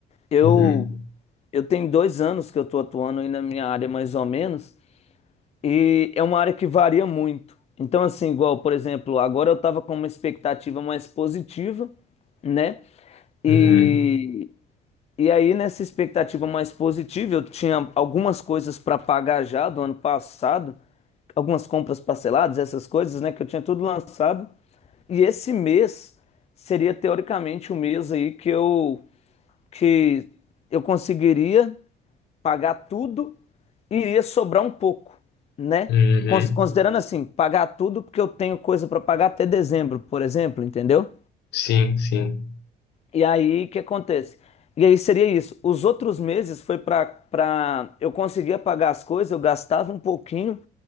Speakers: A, on the left; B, on the left.
A: Eu,
B: Uhum.
A: eu tenho dois anos que eu tô atuando aí na minha área, mais ou menos. E é uma área que varia muito. Então, assim, igual, por exemplo, agora eu estava com uma expectativa mais positiva, né? Uhum.
B: Uhum.
A: E e aí, nessa expectativa mais positiva, eu tinha algumas coisas para pagar já do ano passado, algumas compras parceladas, essas coisas, né, que eu tinha tudo lançado. E esse mês seria teoricamente o mês aí que eu que eu conseguiria pagar tudo e iria sobrar um pouco, né?
B: Uhum.
A: Cons- Considerando assim, pagar tudo porque eu tenho coisa para pagar até dezembro, por exemplo, entendeu?
B: Sim, sim.
A: E aí, o que acontece? E aí seria isso. Os outros meses foi para para eu conseguia pagar as coisas, eu gastava um pouquinho,